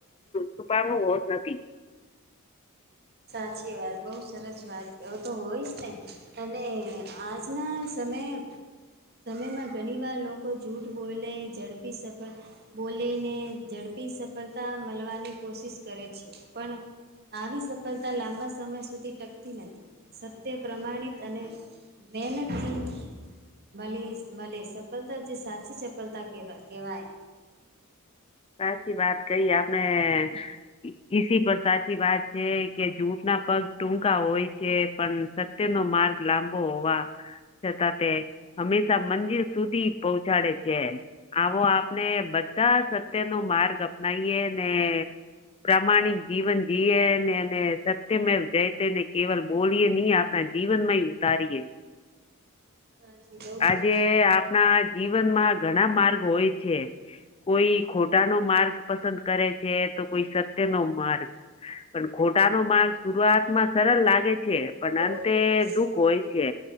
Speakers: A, on the left (about 25°); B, on the right (about 45°).
A: છુપાવનું હોત નથી.
B: સાચી વાત બઉુ સરસ વાત એ તો હોય જ ને અને આજના સમય સમયમાં ઘણી વાર લોકો જૂઠ બોલે ઝડપી સફર બોલીને ઝડપી સફળતા મળવાની કોશિશ કરે છે. પણ આવી સફળતા લાંબા સમય સુધી ટકતી નથી. સત્ય પ્રમાણિત અને મહેનતી મલે મલેે સફળતા જે સાચી સફળતા કેવા કહેવાય.
A: સાચી વાત કહી આપણે. <unintelligible> સાચી વાત છે કે જૂઠના પગ ટૂંકા હોય છે પણ તેનો માર્ગ લાંબો હોવા. છતાં તે હંમેશા મંજિલ સુધી પહોંચાડે છે. આવો આપણે બધા સત્ય નો માર્ગ અપનાવીએ ને પ્રામાણિક જીવન જી ને સત્યમ જઈ તે ને કેવલ બોલીએ નહી આપ. ના જીવન માં ઉતારીએ.
B: સાચી. સરસ
A: આજે
B: વાત
A: આપણા જીવનમાં ઘણા માર્ગ હોય છે. કોઈ ખોટા નો માર્ગ પસંદ કરે છે તો કોઈ સત્ય નો માર્ગ. પણ ખોટા નો માલ શુંરૂઆતમાં સરળ લાગે છે. પણ
B: કહી
A: અંતે દુઃખ હોય છે